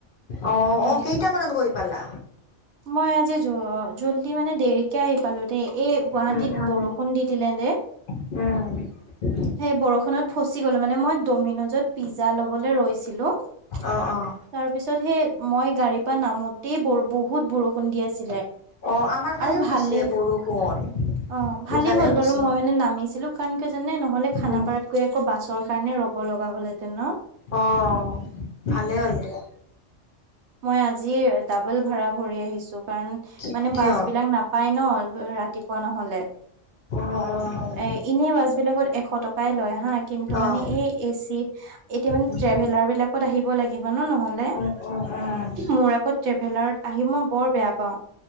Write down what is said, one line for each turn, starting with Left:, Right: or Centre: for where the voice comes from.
Left: অ-অ
Right: এ
Left: কেইটা মানত গৈ পালা?
Right: মই আজি জল্দি মানে দেৰিকে আহি পালো দেই। এই গুৱাহাটীত
Left: উম, উম,
Right: বৰষুণ দি দিলে দে।
Left: উম,
Right: সেই বৰষুণত ফচি গলো মানে মই ড'মিনজত পিজ্জা লবলৈ ৰৈছিলো। তাৰ
Left: অ', অ',
Right: পিছত সেই মই গাড়ীৰ পৰা নামোতেই ব বহুত বৰষুণ দি আছিলে।
Left: অ' আমাৰ ফালেও
Right: আৰু ভালে
Left: দিছে বৰষুণ।
Right: অ' ভালেই
Left: ইফালেও
Right: হ'ল বাৰু
Left: দিছে।
Right: মই মানে নামিছিলো কাৰণ ক জানে নহলে খানাপাৰাত
Left: উম।
Right: গৈ আকৌ বাছৰ কাৰণে ৰ'ব লগা হলহেতেন।
Left: অ' ভালে হ'ল দিয়া।
Right: মই আজি ডাবল ভাঢ়া ভৰি আহিছো কাৰণ
Left: কি
Right: মানে
Left: কিয়?
Right: বাছ বিলাক নাপাই ন। ৰাতিপুৱা নহলে
Left: অ', অ'।
Right: এ এনে বাছ বিলাকত এশ টকাই লৈ হা কিন্তু
Left: অ',
Right: মানে এই এচি এতিয়া মানে
Left: উম।
Right: ট্ৰেভেলাৰ বিলাকত আহিব লাগিব। নহলে
Left: উম, উম, উম।
Right: মোৰ আকৌ ট্ৰেভেলাৰত আহি মই বৰ বেয়া পাও।